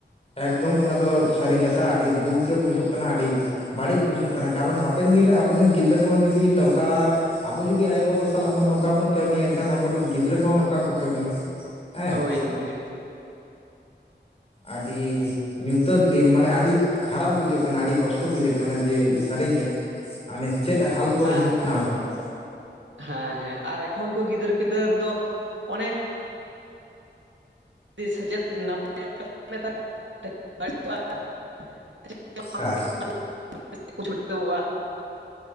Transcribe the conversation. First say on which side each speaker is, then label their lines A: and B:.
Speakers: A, on the left (about 30°); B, on the right (about 80°).
A: ᱮᱜᱽᱫᱚᱢ ᱚᱱᱟ ᱫᱚ ᱥᱟᱹᱨᱤ ᱠᱟᱛᱷᱟ ᱟᱹᱰᱤ ᱫᱩᱠ ᱜᱮ ᱵᱩᱡᱷᱟᱹᱜ ᱠᱟᱱᱟ ᱟᱹᱰᱤ ᱵᱟᱲᱤᱡ ᱵᱩᱡᱷᱟᱹᱜ ᱠᱟᱱᱟ ᱠᱟᱨᱚᱱ ᱦᱟᱯᱮᱱ ᱫᱤᱱᱨᱮ ᱟᱵᱚᱨᱤᱱ ᱜᱤᱫᱽᱨᱟᱹ ᱠᱚᱦᱚᱸ ᱡᱩᱫᱤ ᱱᱚᱝᱠᱟ ᱟᱵᱚ ᱡᱩᱫᱤ ᱟᱭᱳ ᱵᱟᱵᱟ ᱥᱟᱞᱟᱜ ᱵᱚ ᱱᱚᱝᱠᱟ ᱵᱚᱱ ᱠᱟᱹᱢᱤᱭᱟ ᱮᱱᱠᱷᱟᱱ ᱟᱵᱚᱨᱤᱱ ᱜᱤᱫᱽᱨᱟᱹ ᱠᱚᱦᱚᱸ ᱱᱚᱝᱠᱟ ᱠᱚ ᱠᱟᱹᱢᱤᱭᱟ ᱦᱮᱸ
B: ᱦᱳᱭ ᱦᱳᱭ
A: ᱟᱹᱰᱤ ᱧᱩᱛᱟᱹᱛ ᱫᱤᱱ ᱢᱟᱱᱮ ᱟᱹᱰᱤ ᱠᱷᱟᱨᱟᱯ ᱵᱩᱡᱷᱟᱹᱜ ᱠᱟᱱᱟ ᱟᱹᱰᱤ ᱠᱚᱥᱴᱚ ᱵᱩᱡᱷᱟᱹᱜ ᱠᱟᱱᱟ ᱡᱮ ᱥᱟᱹᱨᱤᱜᱮ ᱦᱟᱱᱮ ᱪᱮᱫ ᱦᱟᱞ ᱠᱚᱨᱮ
B: ᱟᱨ
A: ᱦᱩᱭᱩᱜ ᱠᱟᱱᱟ ᱟᱵᱚᱣᱟᱜ
B: ᱦᱮᱸ ᱦᱮᱸ ᱟᱨ ᱮᱠᱷᱚᱱ ᱠᱚ ᱜᱤᱫᱟᱹᱨ ᱯᱤᱫᱟᱹᱨ ᱫᱚ ᱚᱱᱮ ᱥᱮᱪᱮᱫ ᱱᱟᱯᱟᱭ <unintelligible>
A: ᱦᱮᱸ
B: <unintelligible> ᱪᱷᱩᱴᱟᱹᱣᱚᱜᱼᱟ